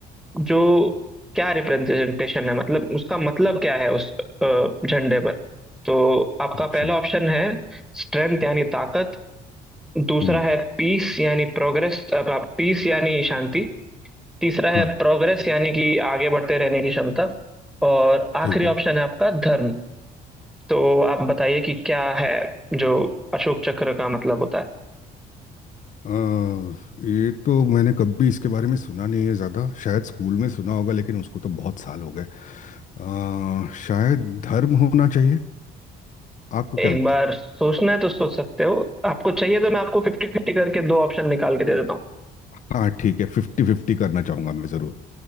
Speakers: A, in the centre; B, on the left (about 50°).
A: जो क्या रिप्रेजेंटेशन है मतलब उसका मतलब क्या है उस अ, झंडे पर तो आपका
B: अच्छा
A: पहला ऑप्शन है स्ट्रेंथ यानी ताकत दूसरा
B: हम्म
A: है पीस यानी प्रोग्रेस पीस यानी शांति तीसरा है
B: हाँ
A: प्रोग्रेस यानी कि आगे बढ़ते रहने की क्षमता और आखिरी
B: ठीक
A: ऑप्शन
B: है
A: है आपका धर्म तो आप बताइए कि क्या है जो अशोक चक्र का मतलब होता है
B: अ, ये तो मैंने कभी इसके बारे में सुना नहीं है ज़्यादा शायद स्कूल में सुना होगा लेकिन उसको तो बहुत साल हो गए अ, शायद धर्म होना चाहिए आपको क्या
A: एक
B: लगता
A: बार
B: है
A: सोचना है तो सोच सकते हो आपको चाहिए तो मैं आपको फिफ्टी फिफ्टी करके दो ऑप्शन निकाल के दे देता हूँ
B: हाँ ठीक है फिफ्टी फिफ्टी करना चाहूँगा मैं ज़रूर